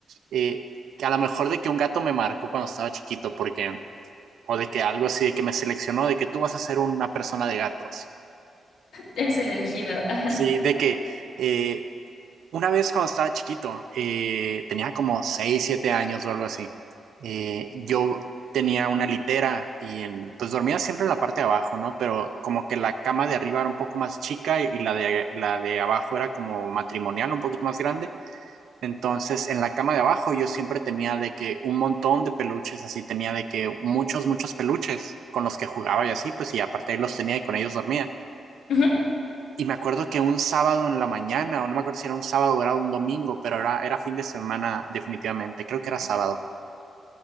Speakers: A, on the right; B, on the left.
A: eh, que a lo mejor de que un gato me marcó cuando estaba chiquito, porque o de que algo así, de que me seleccionó, de que tú vas a ser una persona de gatos.
B: eres el elegido. Ajá.
A: Sí, de que eh, una vez cuando estaba chiquito, eh, tenía como 6 7 años o algo así, eh, yo tenía una litera y en- pues dormía siempre en la parte de abajo, ¿no? Pero como que la cama de arriba era un poco más chica y, y la de, la de abajo era como matrimonial, un poquito más grande. Entonces, en la cama de abajo yo siempre tenía de que un montón de peluches, así tenía de que muchos, muchos peluches con los que jugaba y así, pues y aparte ahí los tenía y con ellos dormía.
B: Ujú.
A: Y me acuerdo que un sábado en la mañana, o no me acuerdo si era un sábado o era un domingo, pero era, era fin de semana definitivamente, creo que era sábado.